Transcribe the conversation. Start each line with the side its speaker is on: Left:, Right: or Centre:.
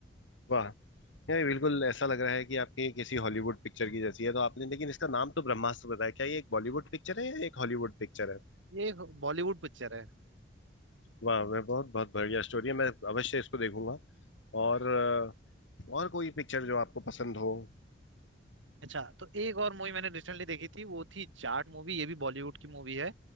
Left: वाह यार ये बिल्कुल ऐसा लग रहा है कि आपकी किसी हॉलीवुड पिक्चर की जैसी है तो आपने लेकिन इसका नाम तो ब्रह्मास्त्र बताया क्या ये एक बॉलीवुड पिक्चर है या एक हॉलीवुड पिक्चर है
Right: ये एक बॉलीवुड पिक्चर है
Left: वाह मैं बहुत बहुत बढ़िया स्टोरी है मैं अवश्य इसको देखूंगा और अ, और कोई पिक्चर जो आपको पसंद हो
Right: अच्छा तो एक और मूवी मैंने रिसेंटली देखी थी वो थी जाट मूवी ये भी बॉलीवुड की मूवी है